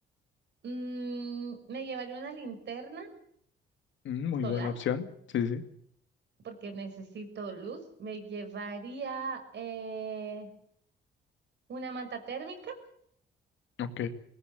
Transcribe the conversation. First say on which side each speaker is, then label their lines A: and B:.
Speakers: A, on the right; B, on the left.
A: Mm, me llevaría una linterna
B: Mm, muy
A: solar
B: buena opción. Sí, sí.
A: porque necesito luz. Me llevaría eh, una manta térmica.
B: Ok.